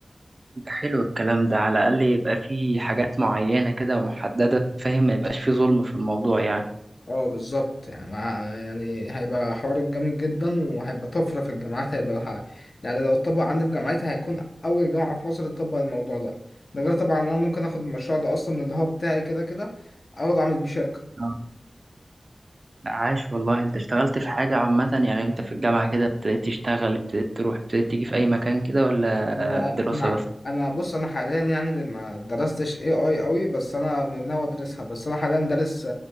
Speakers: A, on the right (about 50°); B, on the left (about 60°).
A: ده حلو الكلام ده على الأقل يبقى فيه حاجات معينة كده ومحددة فاهم ما يبقاش فيه ظلم في الموضوع يعني
B: اه بالظبط يعني مع يعني هيبقى حوار جامد جدا وهيبقى طفرة في الجامعات هيبقى ح- يعني لو اتطبق عندي في جامعتي هيكون أول جامعة في مصر تطبق الموضوع ده ده غير طبعا أنا ممكن آخد المشروع ده أصلا اللي هو بتاعي كده كده أقعد أعمل بيه شركة
A: آه. لا عاش والله انت اشتغلت في حاجة عامة يعني انت في الجامعة كده ابتديت تشتغل ابتديت تروح ابتديت تيجي في أي مكان كده ولا
B: أنا
A: آه، دراسة
B: أنا
A: بس
B: أنا بص أنا حاليا يعني اللي ما درستش AI أوي بس أنا ناوي أدرسها بس أنا حاليا دارس